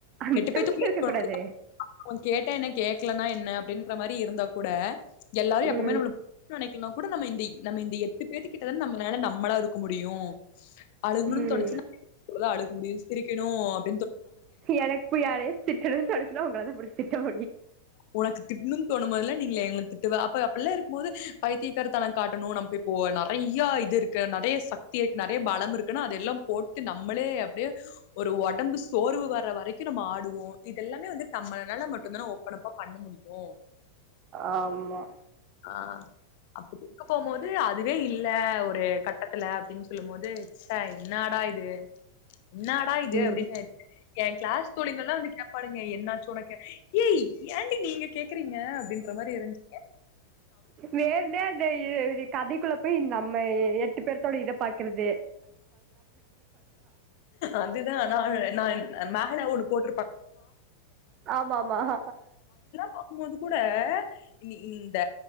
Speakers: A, on the right; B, on the left.
A: மத்தவங்ககிட்ட
B: பேத்துக்குள்ள
A: இருக்க
B: இருக்கணும்.
A: கூடாது
B: அதுக்கு அவன் கேட்டா என்ன? கேட்கலன்னா என்ன அப்டின்ற மாரி இருந்தா கூட எல்லாரு எப்பவுமே
A: ம்
B: நம்ம நெனப் இன்னோ கூட நம்ம இந்தி நம்ம இந்தி எட்டு பேத்து கிட்ட தான நம்மலால நம்மளா இருக்க முடியு அழுகுனும்னு
A: ம்
B: தோணுச்சினா அழு முடிவு இருக்கனு அப்
A: எனக்கு இப்ப யாரையோ திட்டனும்னு தோணுச்சுன்னா உங்கள தா புடிச் சிட்டப்
B: உனக்கு திட்னுன்னு தோணும்போதுலா நீங்கள ங்கள திட்டுவ அப்ப அப்பல்லா இருக்கும்மோது பைத்தியகாரத்தனங் காட்டணு நமக்கு இப்போ நறையா இது இருக்கு நறைய சக்தி இருக் நறைய பலம் இருக்குனா அதெல்லாம் போட்டு நம்மளே அப்டே ஒரு ஒடம்பு சோர்வு வர்ற வரைக்கு நம்ம ஆடுவோ இதெல்லாமே வந்து நம்மல்னால மட்டுந்தான ஒ அப்பனப்பா பண்ண முடியும்
A: ஆமா
B: ஆஹ் <inaudible> போது அதுவே இல்ல ஒரு கட்டத்துல அப்டின் சொல்லும்மோது ச்ச என்னாடா இது என்னாடா இது
A: ம்
B: அப்டின்னு என் கிளாஸ் தோழிங்கல்லா வந்து கே பாளுங்க என்னச்சு ஒனக்கு ஏய் ஏண்டி நீங்க கேக்குறீங்க அப்படின்ற மாரி இருஞ்ச்
A: வேனுனே அதயே கதை குள்ள போய் நம்ம எட்டு பேரத்தோட இத ப பாக்கறது
B: அதுதா நா நா அ மேல ஒடு போட்
A: ஆமாமா ஹ
B: பாகும்மோது கூட இனி இனிந்த